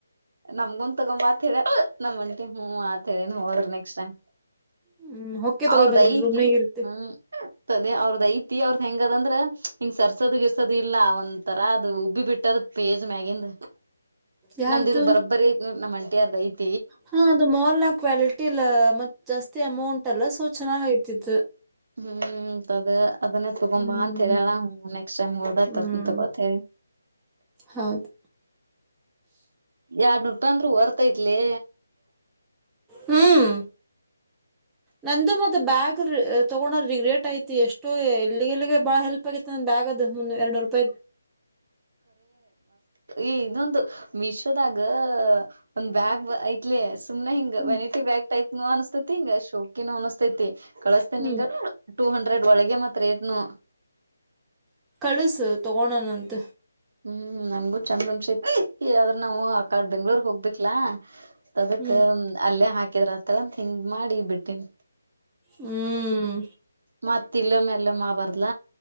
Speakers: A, on the right (about 55°); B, in the centre.
A: ನಮ್ಗಂದ ತಗೊಂಬ ಮಾತವ ನಮಂಟಿ ಹ್ಮ್ ಆತೇವ ನೀ ಹೋದ್ರ ನೆಕ್ಸ್ಟ್ ಟೈಮ್
B: ಹ್ಮ್ ಹೊಕ್ಕೆ ತಗೊಬಂದ್ಬಿಟ್ರು
A: ಅವ್ರದ ಐತಿ
B: ಸುಮ್ನೆಗ್ ಇರುತ್ತೆ
A: ಹ್ಮ್ ಅದ ಅವ್ರದ ಐತಿ ಅವ್ರದ ಹೆಂಗ. ದಂದ್ರ ಹಿಂಗ್ ಸರ್ಸೋದ ಗಿರ್ಸದು ಇಲ್ಲಾ ಒಂದ ತರಾ ಅದು ಉಬ್ಬಿ ಬಿಟ್ಟದ್ ಪೇಜ್ ಮ್ಯಾಗಿಿಂದ,
B: ಯಾರ್ದು
A: ನಮ್ದ ಇದು ಬರಬ್ಬರಿ ನಮ್ಮಂ <unintelligible>
B: ಹಾ ಅದು ಮಾಲ್ ನ ಕ್ವಾಲಿಟಿ ಇಲ್ಲ ಮತ್ ಜಾಸ್ತಿ ಅಮೌಂಟ್ ಎಲ್ಲ ಸೋಚನಾ ಆಯ್ತಿತ್ತು,
A: ಹ್ಮ್ ಅದ ಅದನ್ನ ತಕೊಂಬ
B: ಹ್ಮ್
A: ಅಂತ ಹೇಳ ಅಳ ನೆಕ್ಸ್ಟ್ ಟೈಮ್ ಓಡದ್ತದಂತ
B: ಹ್ಮ್
A: ಗೊಿ
B: ಹೌದು
A: ಯಾರ್ ಬಂದ್ರು ಹೊರ್ತೈತ್ಲಿ,
B: ಹ್ಮ್ ನ ಮ ಬ್ಯಾಗ್ ತಗೋ ರೇಟ್ ಆಯತಿ ಎಷ್ಟೋ ಎಲ್ಲಿಗೆ ಬಾಳ ಹೆಲ್ಪ್ ಆಗಿ ಬ್ಯಾಗ್, ಂದು ಎರಡ್ ನೂರು ರೂಪಾಯಿ
A: ಏ ಇದೊಂದು ಮಿಶೋದಾಗ ಒಂದ್ ಬ್ಯಾಗ್ ಐತ್ಲಿ ಸು್ನೆ ಹಿಂಗ
B: ಹ್ಮ್
A: ವೆಿಟಿ ಬ್ಯಾ ಟೈಪ್ ಅನ್ತೈತಿ ಹಿಂಗ ಶೋಕಿನ ಅನಿಸ್ತೈತಿ ಕಳಸ್ತೇನ್
B: ಹ್ಮ್
A: ನಿಂಗಾರ ಟೂ ಹಂಡ್ರೆಡ್ ಒಳಗೆ ಮತ್ರ ಏನು
B: ಕಳಸು ತಗೋಣನಂತ
A: ಹ್ಮ್ ನನ್ಗು ಚಂದ ಅನ್ಸೈತಿ ಈ ಆದದ್ರ ನಾವು ಆ ಕಾಡ್ ಬೆಂಗ್ಳೂರ್ ಹೋಗಿ ಬಿಕಲಾ ಅದಕ್
B: ಹ್ಮ್
A: ಅಲ್ಲೇ ಹಾಕಿದ್ರ ತಲತ್ ಹಿಂಗ್ ಮಾಡಿ ಬಿಟ್ಟೆ
B: ಹ್ಮ್
A: ಮತ್ ಇಲ್ಲ ಮೇಲೆ ಮಾ ಬರ್ಲ,